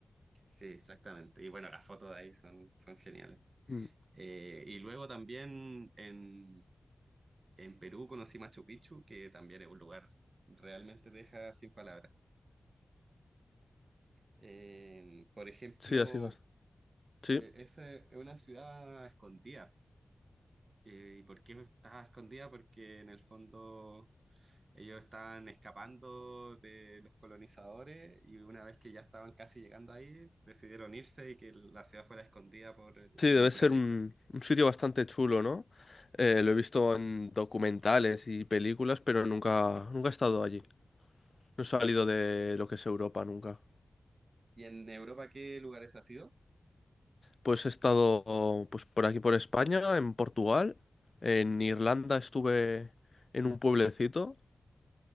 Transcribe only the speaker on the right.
Sí, exactamente. Y bueno, las fotos de ahí son, son geniales.
Eh, y luego también en, en Perú conocí Machu Picchu, que también es un lugar realmente te deja sin palabras. Eh, por ejemplo,
eh, esa es una ciudad escondida. Eh, ¿y por qué estaba escondida? Porque en el fondo ellos estaban escapando de los colonizadores y una vez que ya estaban casi llegando ahí, decidieron irse y que la ciudad fuera escondida por
la
naturaleza.
Sí.
¿Y en Europa qué lugares has ido?